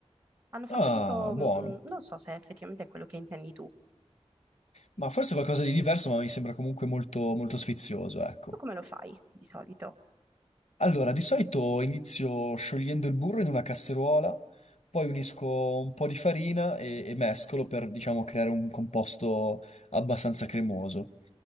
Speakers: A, on the right; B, on the left.
A: Hanno fatto
B: Ah,
A: tipo,
B: buono.
A: mh, non so se effettivamente è effettivamente quello che intendi tu.
B: Ma forse qualcosa di diverso, ma mi sembra comunque molto, molto
A: Mm.
B: sfizioso, ecco.
A: Tu come lo fai di solito?
B: Allora, di solito inizio sciogliendo il burro in una casseruola, poi unisco un po' di farina e, e mescolo per, diciamo, creare un composto abbastanza cremoso.